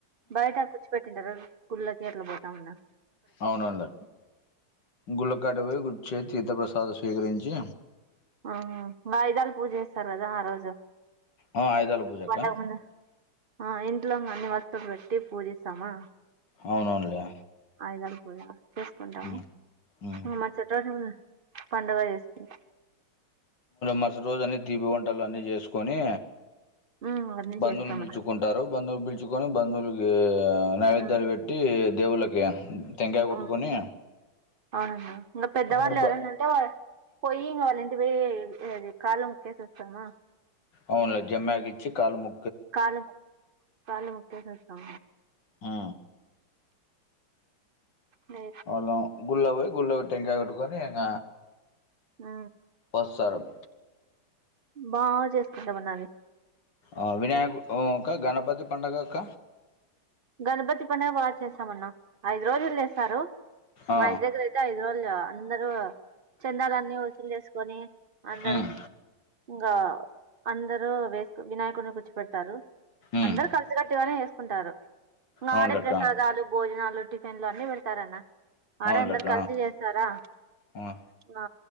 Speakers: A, on the right; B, on the left.
A: బయట కూర్చుపెట్టింటారు గుళ్లోకిట్లా పోతాంన్నా
B: అవునవునులే గుళ్ళకాటు పోయి గుర్చే తీర్థప్రసాదం స్వీకరించి
A: ఆ వాయిదాలు పూజ చేస్తారు కదా ఆ రోజు
B: ఆ, ఆయుధాల పూజక్క
A: కొండకు ఆ ఇంట్లో అన్ని వస్తులు పెట్టి పూజ చేస్తామా
B: అవునవునులే
A: ఆయుధాలు పూజ చేసుకుంటాము
B: ఉమ్, ఉమ్.
A: మరసటి పండుగ చేసుకు
B: మరసటి రోజు అన్నీ తీపి వంటలు అన్నీ చేసుకొని
A: ఉమ్, అన్ని
B: బంధువులు
A: చేస్తాం
B: పిల్చుకుంటారు బంధువులు పిల్చుకొని బంధువులుకి నైవేద్యాలు
A: మనం
B: పెట్టి దేవుళ్ళకి టెంకాయ కొట్టుకొని
A: ఆ అవునన్నా ఇంగ పెద్దవాళ్ళు
B: అందరు
A: ఎవరన
B: బ
A: పోయియింగ వాళ్ళింటికి పోయి కాళ్ ముక్కేసి స్తమా
B: అవునులే జమ్మ్యాకి ఇచ్చి కాలు ము
A: కాలు కా లు ముక్కేసిస్తామ్
B: ఆ
A: లే
B: మళ్ళ గుళ్ల పోయి గుళ్ల టెంకాయి కొట్టుకొని ఇంగ
A: ఆ
B: పసరం
A: బా జెసుకుంటాం అన్నది
B: ఆ వినాయకక్క గణపతి పండగక్క
A: గణపతి పండగ బా చేస్తామన్నా ఐదు రోజులు చేస్తారు మా
B: ఆ
A: ఇంటి దగ్గర అయితే ఐదు రోజులు అందరు చందాలన్నీ వసూలు చేసుకొని అందరు
B: ఉమ్
A: ఇంగ అందరు వేసు వినాయకుడిని కుర్చు పెడతారు
B: ఉమ్
A: అందరు కలిసి కట్టుగానే వేసుకుంటారు నాడే
B: అవునులెక్క
A: ప్రసాదాలు భోజనాలు టిఫిన్లు అన్ని పెడతారన్న ఆడే
B: అవునులెక్క
A: అందరు కలిసి చేస్తారా
B: ఆ
A: ఆ